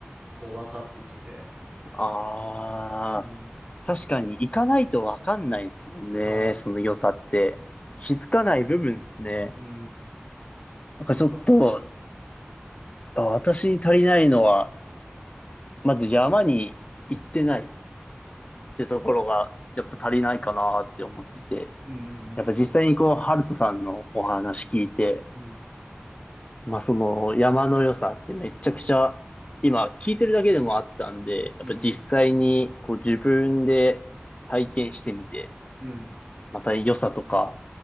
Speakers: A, on the right; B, on the left.
A: こう分かってきて、
B: ああ、
A: うん。
B: 確かに行かないとわかんないですもんね。
A: は
B: その良さって。気づかない部分ですね。
A: い、うん、
B: なんかちょっと、
A: だから
B: あ私に足りないのは、まず山に行ってないってところが、やっぱ足りないかなって思ってて。
A: うん
B: やっぱ実際にこう、ハルトさんのお話聞いて、
A: うんうん
B: まあその山の良さってめちゃくちゃ、今聞いてるだけでもあったんで、やっぱ実際にこう自分で体験してみて、
A: うんうんうんうん
B: また良さとか